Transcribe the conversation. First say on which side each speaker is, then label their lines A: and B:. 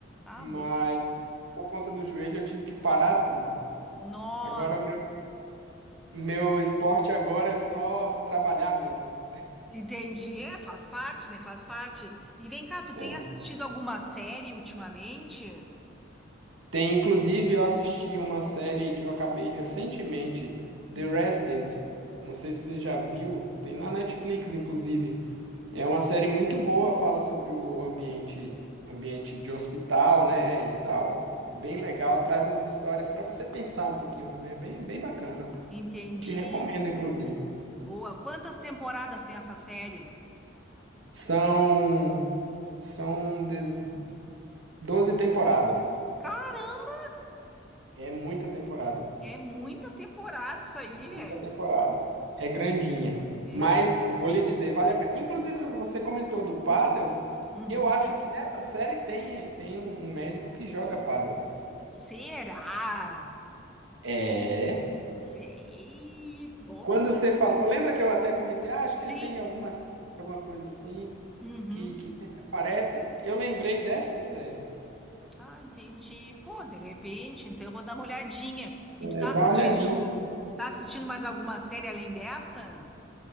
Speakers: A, in the centre; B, on the right.
A: Ah,
B: mas
A: boa.
B: por conta do joelho eu tive que parar tudo.
A: Nossa,
B: Agora meu, meu esporte agora é só trabalhar mesmo.
A: entendi. É, faz parte, né? Faz parte. E vem cá, tu
B: É.
A: tem assistido alguma série ultimamente?
B: Tem inclusive eu assisti uma série que eu acabei recentemente,
A: Hum.
B: The Resident. Não sei se você já viu, tem na Netflix inclusive. É uma série muito boa, fala sobre o ambiente, ambiente de hospital, né, e tal. É bem legal, traz umas histórias para você pensar um pouquinho também, é bem, bem bacana.
A: Entendi.
B: Te recomendo, inclusive.
A: Boa. Quantas temporadas tem essa série?
B: São, são des- 12 temporadas.
A: Caramba,
B: É muita temporada,
A: é muita temporada isso aí,
B: muita
A: velho.
B: temporada. É grandinha.
A: É.
B: Mas vou lhe dizer, vale a pena. Inclusive, você comentou do pádel.
A: Uhum.
B: Eu acho que nessa série tem, tem um um médico que joga pádel.
A: Será?
B: É.
A: Véi. Bom.
B: Quando você falou, lembra que eu até comentei, ah, acho que
A: Sim.
B: tem alguma, alguma coisa assim
A: Uhum.
B: que, que sempre aparece. Eu lembrei dessa série.
A: Ah, entendi. Pô, de repente, então eu vou dar uma olhadinha. E
B: É,
A: tu tá
B: dá
A: assistindo,
B: uma olhadinha.
A: tá assistindo mais alguma série além dessa?